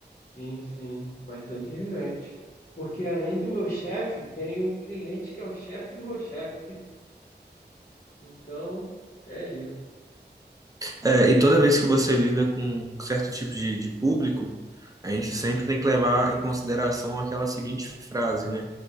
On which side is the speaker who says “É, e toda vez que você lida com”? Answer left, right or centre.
Right